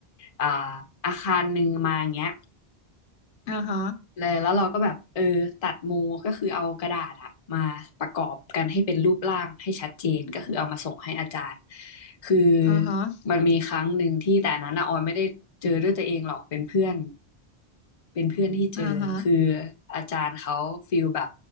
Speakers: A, on the left (about 40°); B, on the left (about 85°).
A: อ่าอาคารหนึ่งมาอย่างเงี้ย
B: อ่าฮะ
A: เลยแล้วเราก็แบบเออตัดมูก็คือเอากระดาษอะมาประกอบกันให้เป็นรูปร่างให้ชัดเจนก็คือเอามาส่งให้อาจารย์คือ
B: อ่าฮะ
A: มันมีครั้งหนึ่งที่แต่อันนั้นอะออยไม่ได้เจอด้วยตัวเองหรอกเป็นเพื่อนเป็นเพื่อนที่เจอคือ
B: อ่าฮะ
A: อาจารย์เขาฟีลแบบ